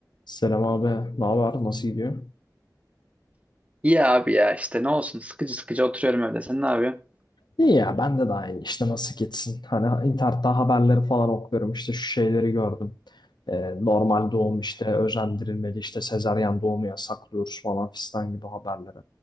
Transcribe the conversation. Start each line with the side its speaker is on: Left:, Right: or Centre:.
Left: Selam abi, ne haber? Nasıl gidiyor?
Right: İyi abi ya işte ne olsun sıkıcı sıkıcı oturuyorum öyle. Sen ne yapıyorsun?
Left: İyi ya, ben de daha iyi. İşte nasıl gitsin? Hani internette haberleri falan okuyorum. İşte şu şeyleri gördüm. Ee, normal doğum işte özendirilmeli, işte sezaryen doğumu yasaklıyoruz falan fistan gibi haberleri.